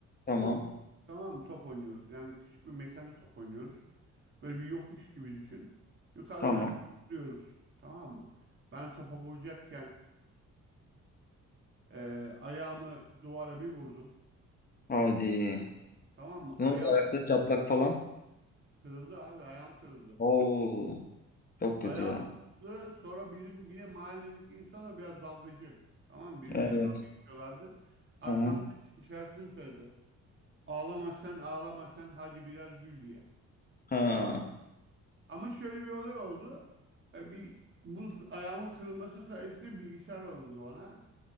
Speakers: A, on the left (about 30°); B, on the right (about 40°).
A: Tamam.
B: Top oynuyoruz, tamam mı? Top oynuyoruz. Yani küçük bir mekanda top oynuyoruz. Böyle bir yokuş gibi düşün. Yukarıdan
A: Tamam.
B: aşağı vuruyoruz. Tamam mı? Ben topa vuracakken e, ayağımı duvara bir vurdum.
A: Hadi.
B: Tamam mı?
A: Ne
B: Ayağım
A: oldu ayakta çatlak falan?
B: kırıldı abi. Ayağım kırıldı.
A: Oo, çok
B: Ayağımızı
A: kötü ya.
B: sonra bizim bir de mahalledeki insanlar biraz dalgacı. Tamam mı? Birbirine
A: Evet.
B: dalga geçiyorlardı. Arkamdan
A: Hı hı.
B: şey şarkısını söylediler. Ağlama sen ağlama sen hadi biraz gül diye.
A: Ha.
B: Tamam. Ama şöyle bir olay oldu. E, bir bu ayağımın kırılması sayesinde bilgisayar alındı bana.